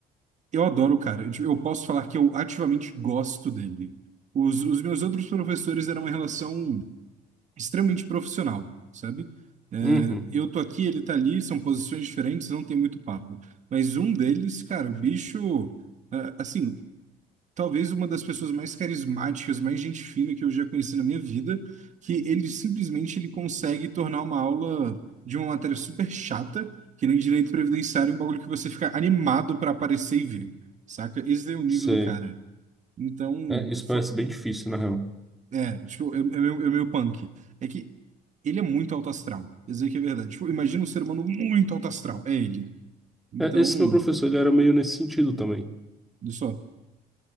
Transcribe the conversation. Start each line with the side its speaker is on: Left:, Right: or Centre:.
Right: eu adoro o cara. Eu tipo, eu posso falar que eu ativamente gosto dele. Os, os meus outros professores eram uma relação extremamente profissional, sabe? É,
Centre: uhum,
Right: eu tô aqui, ele tá ali, são posições diferentes, não tem muito papo. Mas um deles, cara, o bicho, é, assim, talvez uma das pessoas mais carismáticas, mais gente fina que eu já conheci na minha vida, que ele simplesmente ele consegue tornar uma aula de uma matéria super chata, que nem direito previdenciário, um bagulho que você fica animado pra aparecer e ver saca? Esse é o nível
Centre: sei.
Right: do cara. Então,
Centre: É, isso
Right: fo-
Centre: parece bem difícil, na real.
Right: é, tipo, é, é meio, é meio punk. É que ele é muito alto astral, isso aí que é verdade. Tipo, imagina um ser humano muito alto astral, é ele. Então,
Centre: É, esse meu professor, ele era meio nesse sentido também.
Right: olha só.